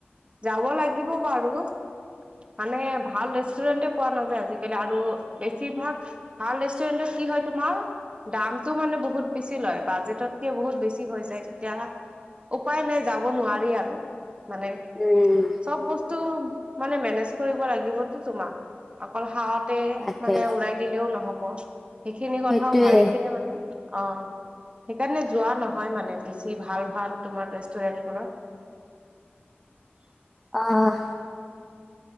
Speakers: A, on the right; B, in the centre.
A: যাব লাগিব বাৰু মানে ভাল ৰেষ্টুৰেণ্টে। পোৱা নাযায় আজিকালি আৰু বেছিভাগ ভাল ৰেষ্টুৰেন্টত কি হয় তোমাৰ! দামতটো মানে বহুত বেছি লয় বাজেটতকে বহুত বেছি হৈ যায় তেতিয়া। উপায় নাই যাব নোৱাৰি আৰু মানে
B: উম
A: চব বস্তু মানে মেনেজ কৰিব লাগিবতো তোমাক অকল খাৱাতে
B: তাকে
A: মানে উৰাই দিলেও নহব সেইখিনি
B: সেইটোৱে
A: কথাও ভাবি কিনে মানে অ সেইকাৰণে যোৱা নহয় মানে বেছি ভাল ভাল তোমাৰ ৰেষ্টুৰেন্টবোৰত
B: অ